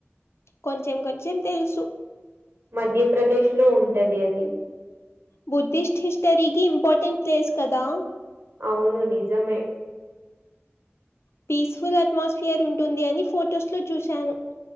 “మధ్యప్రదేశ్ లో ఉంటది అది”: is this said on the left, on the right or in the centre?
Right